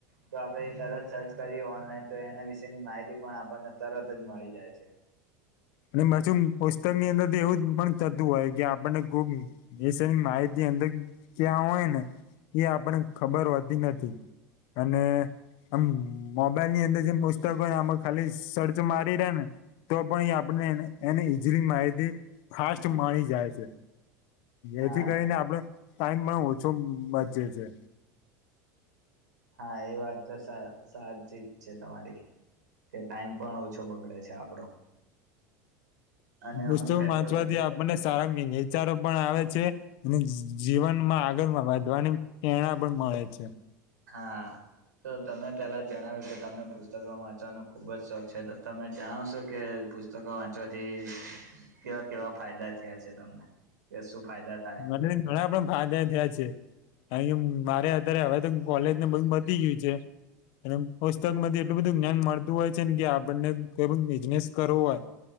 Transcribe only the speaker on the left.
અને પાછી પુસ્તક ની અંદર તો એવું પણ થતું હોય કે આપણને ખુબની માહિતી ની અંદર ક્યાં હોય ને એ આપણે ખબર હોતી નથી અને આમ મોબાઈલની અંદર જે પુસ્તકો આમાં ખાલી સર્ચ મારી રહ્યા ને તો પણ આપ આપ એને ઈઝીલી માહીતી ફાસ્ટ મળી જાય છે
એથી કરીને આપડે ટાઈમમાં ઓછો મજે છે.
પુસ્તક
વાંચવાથી
આપણને સારા નચારો પણ આવે છે અને જી-જીવનમાં આગળમાં વધવાની પ્રેરણા પણ મળે છે
મને ઘણા પણ ફાયદા થયા છે કે મારે અત્યારે હવે તો કોલેજને બધુ પતી ગયું છે એ પુસ્તકમાંથી એટલું બધું જ્ઞાન મળતું હોય છે ને કે આપણને કોઈ પણ બિઝનેસ કરવો હોય